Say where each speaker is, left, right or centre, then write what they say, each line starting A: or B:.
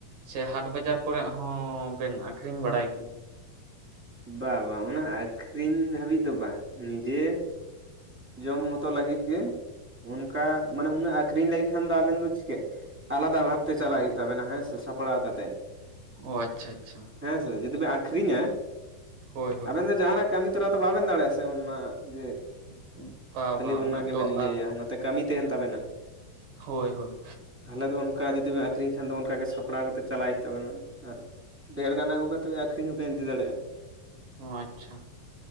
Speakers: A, on the right; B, in the centre.
A: ᱥᱮ ᱦᱟᱴ ᱵᱟᱡᱟᱨ ᱠᱚᱨᱮᱜ ᱦᱚᱸ ᱵᱮᱱ ᱟᱠᱷᱨᱤᱧ ᱵᱟᱲᱟᱭ ᱜᱮᱭᱟ?
B: ᱵᱟ ᱵᱟ, ᱚᱱᱟ ᱟᱠᱷᱨᱤᱧ ᱫᱷᱟᱹᱵᱤᱡ ᱫᱚ ᱵᱟᱝ, ᱱᱤᱡᱮ ᱡᱚᱢ ᱢᱚᱛᱚ ᱞᱟᱹᱜᱤᱫ ᱜᱮ, ᱚᱱᱠᱟ ᱢᱟᱱᱮ ᱩᱱᱟᱹᱜ ᱟᱠᱷᱨᱤᱧ ᱞᱟᱹᱜᱤᱫ ᱠᱷᱟᱱ ᱫᱚ ᱟᱵᱮᱱ ᱫᱚ ᱪᱤᱠᱟᱹᱜ, ᱟᱞᱟᱫᱟ ᱵᱷᱟᱵ ᱛᱮ ᱪᱟᱞᱟᱜ ᱦᱩᱭᱩᱜ ᱛᱟᱵᱮᱱᱟ ᱦᱮᱸ ᱥᱮ ᱥᱟᱯᱲᱟᱣ ᱠᱟᱛᱮᱫ᱾
A: ᱚ, ᱟᱪᱪᱷᱟ ᱟᱪᱪᱷᱟ᱾
B: ᱦᱮᱸ ᱥᱮ, ᱡᱩᱫᱤᱵᱮ ᱟᱠᱷᱨᱤᱧᱟ
A: ᱦᱳᱭ ᱦᱳᱭ
B: ᱟᱵᱮᱱ ᱫᱚ ᱡᱟᱸᱦᱟᱱᱟᱜ ᱠᱟᱹᱢᱤ ᱛᱚᱨᱟ ᱛᱚ ᱵᱟᱵᱮᱱ ᱫᱟᱲᱮᱜ ᱟᱥᱮ ᱩᱱᱟᱹᱜ ᱡᱮ
A: <unintelligible>
B: ᱠᱷᱟᱹᱞᱤ ᱚᱱᱟ ᱜᱮᱵᱮᱱ
A: ᱫᱚ
B: ᱤᱭᱟᱹᱭᱟ
A: ᱟᱨ
B: ᱱᱚᱛᱮ ᱠᱟᱹᱢᱤ ᱛᱟᱸᱦᱮᱱ ᱛᱟᱵᱮᱱᱟ᱾
A: ᱦᱳᱭ ᱦᱳᱭ᱾
B: ᱛᱟᱦᱞᱮ ᱫᱚ ᱚᱱᱠᱟ ᱡᱩᱫᱤ ᱵᱮ ᱟᱹᱠᱷᱨᱤᱧ ᱠᱷᱟᱱ ᱫᱚ ᱚᱱᱠᱟᱜᱮ ᱥᱟᱯᱲᱟᱣ ᱠᱟᱛᱮᱫ ᱪᱟᱞᱟᱜ ᱦᱩᱭᱩᱜ ᱛᱟᱵᱮᱱᱟ, ᱟᱨ ᱰᱷᱮᱨ ᱜᱟᱱ ᱟᱹᱜᱩ ᱠᱟᱛᱮᱜ ᱟᱠᱷᱨᱤᱧ ᱦᱚᱸᱵᱮᱱ ᱤᱫᱤ ᱫᱟᱲᱮᱜ-ᱟ᱾
A: ᱟᱪᱪᱷᱟ᱾